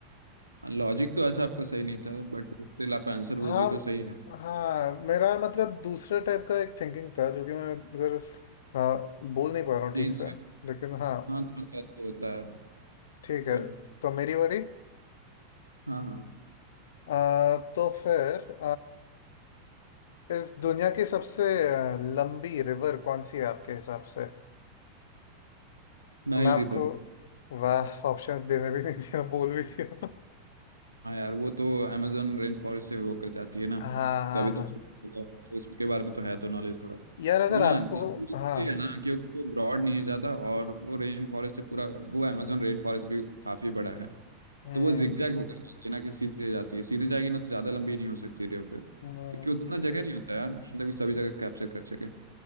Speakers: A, on the right (about 80°); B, on the left (about 60°).
A: लॉजिक तो ऐसा आपका सही नहीं था बट स्टिल आप आंसर बोल
B: हाँ
A: दिए तो सही है
B: हाँ मेरा मतलब दूसरे टाइप का एक थिंकिंग था जो कि मैं इधर अ, बोल नहीं पा रहा हूँ
A: नहीं
B: ठीक से लेकिन हाँ
A: हाँ थोड़ा सा ऐसे होता है
B: ठीक
A: कोई
B: है
A: नहीं
B: तो मेरी बारी
A: हाँ हाँ
B: अ, तो फिर इस दुनिया की सबसे अ, लंबी रिवर कौन सी है आपके हिसाब से
A: Nile
B: मैं आपको
A: river
B: वाह ऑप्शंस देने भी नहीं दिया बोल भी दिया
A: हाँ यार वो तो अमेजोन रेन फॉरेस्ट से होकर जाती है ना
B: हाँ हाँ
A: तभी तो
B: हाँ
A: तो उसके बारे में तो है तो नॉलेज थोड़ा
B: यार अगर
A: वो ना
B: आपको
A: लंबी इसलिए
B: हाँ
A: है ना क्योंकि वो ब्रॉड नहीं है ज़्यादा और वो रेन फॉरेस्ट से पूरा वो अमेजोन रेन फॉरेस्ट भी काफ़ी बड़ा है
B: हम्म
A: तो वो जिगजैग होकर जाती है ना कि सीधे जाती है सीधे जाएगी ना तो ज़्यादा लंबी नहीं हो सकती रिवर
B: हम्म,
A: क्योंकि उतना जगह नहीं होता यार मतलब कि सभी जगह कैप्चर कर सके